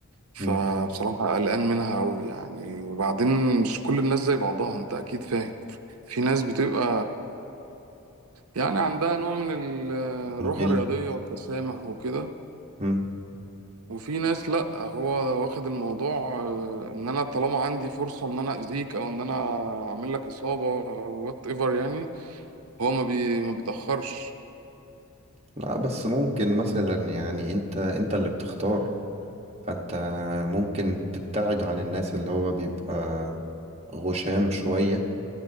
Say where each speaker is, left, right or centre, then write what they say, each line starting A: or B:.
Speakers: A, on the right; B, on the right.
A: فبصراحة
B: مم.
A: قلقان منها أوي يعني وبعدين مش كل الناس زي بعضها أنت أكيد فاهم في ناس بتبقى يعني عندها نوع من ال- الروح
B: غل.
A: الرياضية والتسامح وكده
B: مم.
A: وفي ناس لأ هو واخد الموضوع آه، إن أنا طالما عندي فرصة إن أنا أذيك أو إن أنا أعمل لك إصابة أو وات إيفر يعني هو ما, بي ما بيتأخرش
B: لا بس ممكن مثلا يعني انت انت اللي بتختار فانت ممكن تبتعد عن الناس اللي هو بيبقى غشام شوية